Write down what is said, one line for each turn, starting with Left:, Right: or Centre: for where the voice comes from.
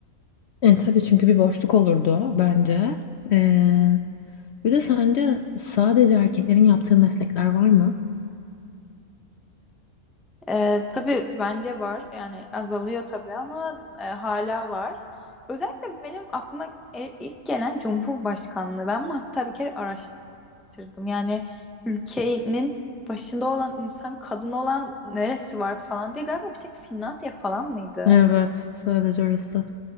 Left: E, tabii çünkü bir boşluk olurdu bence. E, bir de sence sadece erkeklerin yaptığı meslekler var mı?
Centre: Ee, tabii bence var. Yani azalıyor tabii ama e, hala var. Özellikle benim aklıma e- ilk gelen Cumhurbaşkanlığı. Ben bunu hatta bir kere araştırdım. Yani ülkenin başında olan insan kadın olan neresi var falan diye galiba bir tek Finlandiya falan mıydı?
Left: Evet, sadece orası.